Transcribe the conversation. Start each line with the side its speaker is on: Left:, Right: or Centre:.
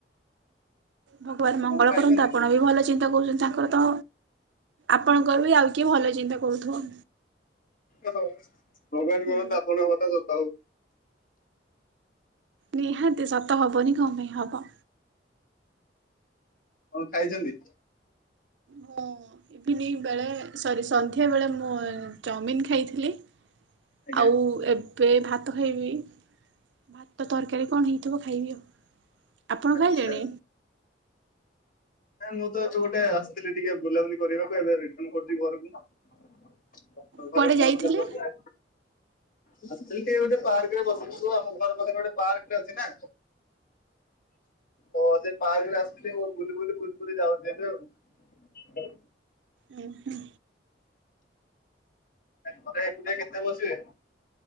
Right: ଭଗବାନ ମଙ୍ଗଳ
Left: କଣ ଖାଇଛନ୍ତି?
Right: କରନ୍ତୁ ଆପଣ ବି ଭଲ ଚିନ୍ତା କରୁଚନ୍ତି ତାଙ୍କର ତ ଆପଣଙ୍କର ବି ଆଉ କିଏ ଭଲ ଚିନ୍ତା କରୁଥୁବ।
Left: ଓହୋ ଭଗବାନ
Right: ହୁଁ
Left: କରନ୍ତୁ ଆପଣଙ୍କ କଥା ସତ ହୋଉ।
Right: ନିହାତି ସତ ହବନି କଣ ପାଇଁ ହବ।
Left: କଣ ଖାଇଛନ୍ତି?
Right: ମୁଁ ଇଭିନିଂ ବେଳେ ସରି ସନ୍ଧ୍ୟାବେଳେ ମୁଁ ଚଓମିିନ ଖାଇଥିଲି।
Left: ଆଜ୍ଞା।
Right: ଆଉ ଏ ବେ ଭାତ ଖାଇବି ଭାତ ତରକାରୀ କଣ ହେଇଥିବ ଖାଇବି ଆଉ। ଆପଣ
Left: ଆଚ୍ଛା।
Right: ଖାଇଲେଣି
Left: ନା ମୁଁ ତ ଯୋଉ ଗୋଟେ ଆସିଥିଲି ଟିକେ ବୁଲାବୁଲି କରିବାକୁ ଏବେ ରିଟନ କରୁଚି ଘରକୁ।
Right: କୁଆଡ଼େ
Left: ଘରେ ପହଞ୍ଚିଲା
Right: ଯାଇଥିଲେ?
Left: ପରେ ଆସିଥିଲି ଟିକେ ଗୋଟେ ପାର୍କରେ ବସିଚୁ ଆମ ଘର ପାଖରେ ଗୋଟେ ପାର୍କଟେ ଅଛି ନା। ହଁ ସେ ପାର୍କରେ ଆସିଥିଲି ମୁଁ ବୁଲି ବୁଲି ବୁଲି ବୁଲି ଯାଉଚି ଏବେ ଆଉ।
Right: ଉଁହୁଁ।
Left: ଘରେ ଏକୁଟିଆ କେତେ ବସିବେ?